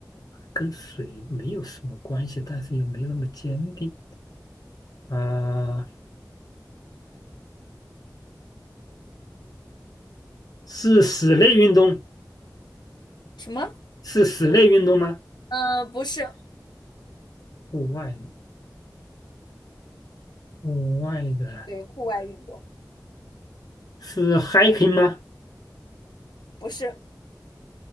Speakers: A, on the left; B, on the left.
A: 跟水没有什么关系，但是又没那么坚定啊、呃是室内运动，
B: 什么？
A: 是室内运动吗？
B: 嗯，不是，
A: 户外，户外的。
B: 对户外运动，
A: 是 hiking 吗？
B: 不是，